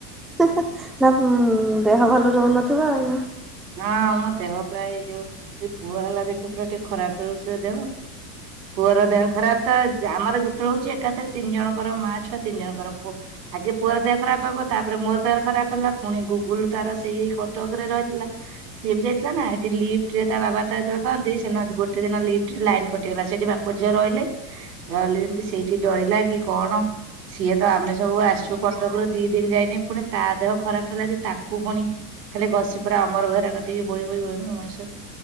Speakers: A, in the centre; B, on the right (about 85°).
A: ହେଁ ହେଁ ନା ଦେହ ଭଲ ରହୁନଥିବ ଆଉ ।
B: ହଁ ମୋ ଦେହ ପ୍ରାୟ ଏଇଯୋଉ ଏ ପୁଅ ହେଲା ଦିନଠୁ ପୁରା ଟିକେ ଖରାପ ରହୁଛି ଦେହ । ପୁଅର ଦେହ ଖରାପ ତ ଯା ଆମର ଯେତେ ବେଳେ ହଉଛି ଏକାଥରେ ତିନି ଜଣ । ଙ୍କର ମା ଛୁଆ ତିନି ଜଣଙ୍କର ପୁଅ। ଆଗେ ପୁଅର ଦେହ ଖରାପ ହବ ତାପରେ ମୋର ଦେହ ଖରାପ ହେଲା ପୁଣି ଗୁଗୁଲ ତାର ସେଇ କଟକ ରେ ରହିଥିଲା । ସିଏ ବି ଯାଇଥିଲା ନା ହେଟି ଲିଫଟରେ ତା ବାବା ତାକୁ ଯେତେ ବେଳେ କହନ୍ତି ସେଦିନ ଗୋଟେ ଦିନ ଲିଫଟରେ ଲାଇନ କଟିଗଲା ସେ ସେଇଠି ବାପ ଝିଅ ରହିଲେ ରହିଲେ ଯେମତି ସେଇଠି ଡରିଲା କି କଣ । ସିଏ ତ ଆମେ ସବୁ ଆସିଛୁ କଟକରୁ ଦି ଦିନ ଯାଇନି ପୁଣି ତା ଦେହ ଖରାପ ହେଲା ଯେ ତାକୁ ପୁଣି । ଖାଲି ଘସିି ପୁରା ଅମର ବେହେରା କତିକି ବୋହି ବୋହି ବୋହି ବୋହି ମଣିଷ ।